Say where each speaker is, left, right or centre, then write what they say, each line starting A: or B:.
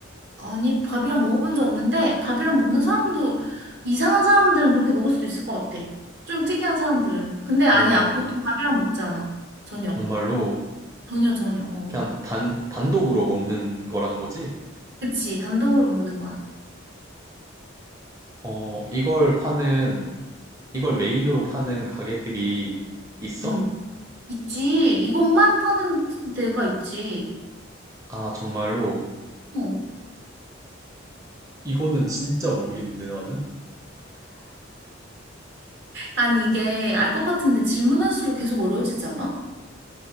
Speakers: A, on the right; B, on the right.
A: 아니, 밥이랑 먹어본 적 없는데, 밥이랑 먹는 사람도, 이상한 사람들은 그렇게 먹을 수 있을 것 같아. 좀 특이한 사람들은. 근데 아니야,
B: 오,
A: 보통 밥이랑 먹지 않아. 전혀.
B: 정말로
A: 전혀, 전혀. 어.
B: 그냥 단, 단독으로 먹는 거라는 거지?
A: 그치, 단독으로 먹는 거야.
B: 어, 이걸 파는, 이걸 메인으로 파는 가게들이 있어?
A: 응. 있지. 이것만 파는 데가 있지.
B: 아, 정말로.
A: 어.
B: 이거는 진짜 모르겠는데, 나는?
A: 아니, 이게 알 것 같은데 질문할수록 계속 어려워지지 않아?